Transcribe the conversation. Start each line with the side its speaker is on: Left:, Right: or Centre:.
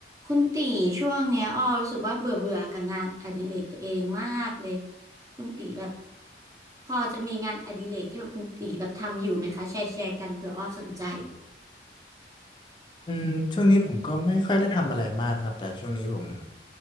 Right: คุณตีช่วงเนี้ยอ้อรู้สึกว่าเบื่อเบื่อกับงานอดิเรกตัวเองมากเลยคุณตีแบบพอจะมีงานอดิเรกที่แบบคุณตีแบบทำอยู่ไหมคะแชร์แชร์กันเผื่ออ้อสนใจ
Left: อืมช่วงนี้ผมก็ไม่ค่อยได้ทำอะไรมากนะครับแต่ช่วงนี้ผม